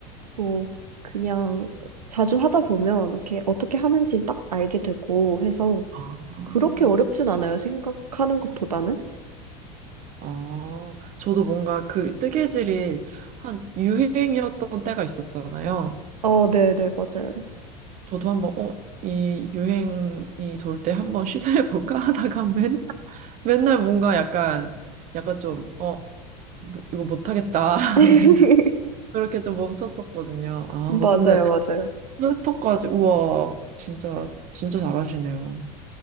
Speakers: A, on the right (about 85°); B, on the right (about 40°).
A: 뭐 그냥 자주 하다 보면 이렇게 어떻게 하는지 딱 알게 되고 해서
B: 아,
A: 그렇게 어렵진 않아요. 생각하는 것보다는.
B: 아, 저도 뭔가 그 뜨개질이 한 유행이었던 때가 있었잖아요.
A: 아 네, 네, 맞아요.
B: 저도 한번 어, 이 유행이 돌 때 한번 시도해 볼까 <laughs> 하다가 맨 맨날 뭔가 약간 약간 좀 어, 뭐, 이거 못 하겠다. <laughs>
A: <laughs>
B: 맨날 그렇게 좀 멈췄었거든요. 아,
A: 맞아요,
B: 근데
A: 맞아요.
B: 트위터까지 우와, 진짜 진짜 잘하시네요.